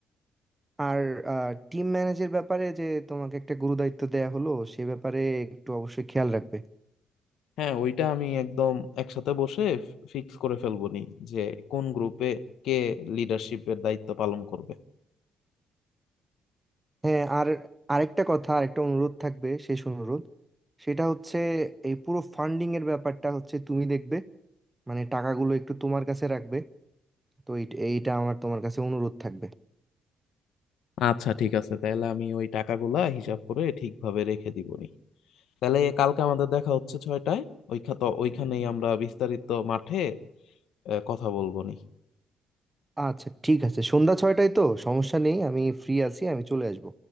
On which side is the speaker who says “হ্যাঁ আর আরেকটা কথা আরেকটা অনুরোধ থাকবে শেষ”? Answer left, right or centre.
Right